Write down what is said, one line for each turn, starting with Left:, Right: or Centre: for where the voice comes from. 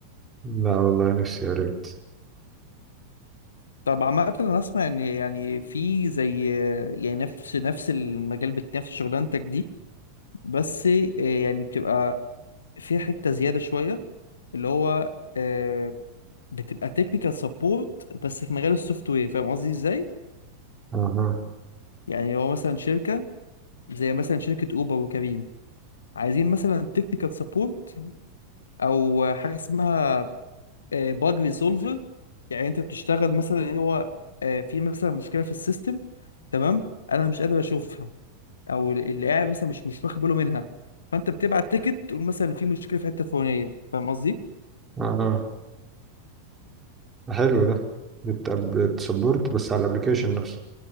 Right: لا والله نفسي يا ريت
Left: طب عامة انا اسمع ان يعني في زي يعني نفس نفس المجال بت- نفس شغلانتك دي بس آه، يعني بتبقى في حتة زيادة شوية اللي هو آه، بتبقى تكنيكال سبورت بس في مجال السوفت وير فاهم قصدي ازاي؟
Right: أها
Left: يعني هو مثلا شركة زي مثلا شركة أوبر وكريم عايزين مثلا تكنيكال سبورت أو حاجة اسمها باج ريسولفر يعني أنت بتشتغل مثلا إن هو آه، في مثلا مشكلة في السيستم تمام أنا مش قادر أشوفها أو اللي قاعد مثلا مش مش واخد باله منها فأنت بتبعت تيكت تقول مثلا في مشكلة في الحتة الفلانية فاهم قصدي؟
Right: أها حلو ده بت- بتسبورت بس على الأبليكيشن نفسه